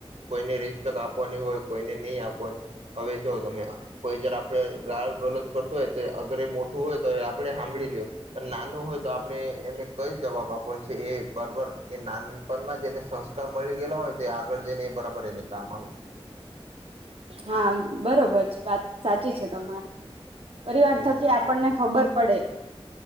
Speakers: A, on the right; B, on the right.
A: કોઈને ર આપવાની હોય કોઈને ની આપવાની હવે જો તમે કોઈ જ આપણે ગાળ ગલોજ કરતુ હોય તો અગર એ મોટું હોય. તો એ આપે હાભળી લ્યો અને નાનું હોય તો આપણે એને કઈ જવાબ આપવાનું છે. એ બરાબર એ નાનપણમાં જેને સંસ્કાર મળી ગયેલા હોય. તો આગળ જઈને એ બરાબર એને કામ આવે.
B: હા બરોબર છે. વાત સાચી છે તમારી પરિવાર
A: એજ
B: થકી આપણને ખબર પડે